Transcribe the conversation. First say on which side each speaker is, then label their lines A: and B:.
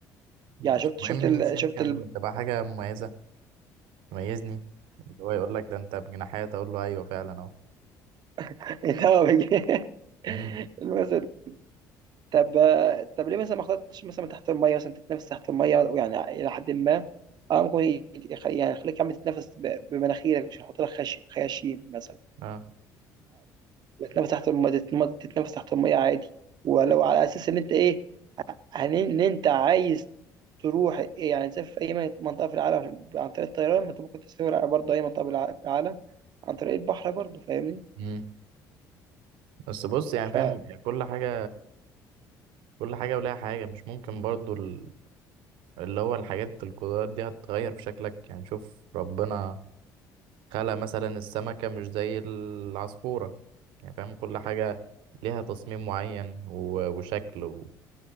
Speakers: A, on the right; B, on the right.
A: مش
B: يعني شفت
A: مهم
B: شفت ال...
A: مش يمكن
B: شفت ال...
A: تبقى حاجة مميزة تميزني اللي هو يقول لك ده انت بجناحات اقول له ايوه فعلا اهو
B: <laughs> إنت هو بيجي-
A: امم
B: المثل طب طب ليه مثلا ما اخترتش مثلا تحت المية مثلا تتنفس تحت المية يعني إلى حد ما اه ممكن يخ- يعني يخليك عم تتنفس ب- بمناخيرك مش هيحط لك خش- خياشيم مثلا
A: اه
B: بتنفس تحت المية تتنفس تحت المية عادي ولو على أساس إن أنت إيه عن- إن أنت عايز تروح إيه يعني تسافر في أي منطقة في العالم عن طريق الطيران ما أنت ممكن تسافر برضه أي منطقة بالع- في العالم عن طريق البحر برضه فاهمني؟
A: امم بس بص يعني
B: ف
A: فاهم كل حاجة كل حاجة ولها حاجة مش ممكن برضو ال- اللي هو الحاجات القدرات دي هتتغير في شكلك يعني شوف ربنا خلق مثلا السمكة مش زي العصفورة يعني فاهم كل حاجة ليها تصميم معين و- وشكل و...